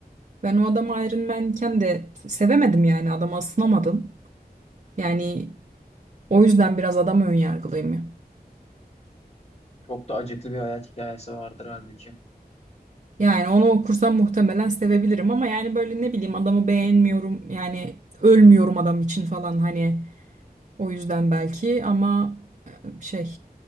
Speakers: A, on the right; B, on the left.
A: Ben o adamı Iron Man'ken de sevemedim yani adama ısınamadım. Yani o yüzden biraz adam önyargılıyım.
B: Çok da acıklı bir hayat hikayesi vardır halbuki.
A: Yani onu okursam muhtemelen sevebilirim ama yani böyle ne bileyim adamı beğenmiyorum yani ölmüyorum adam için falan hani o yüzden belki ama şey